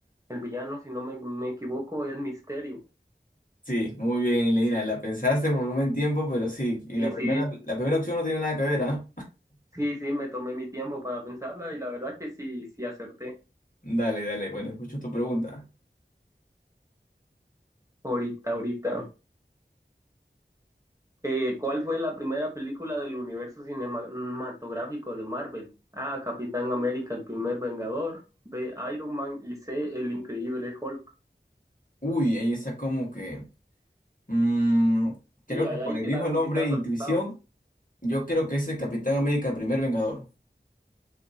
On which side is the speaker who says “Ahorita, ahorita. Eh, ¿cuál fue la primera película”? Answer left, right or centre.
Right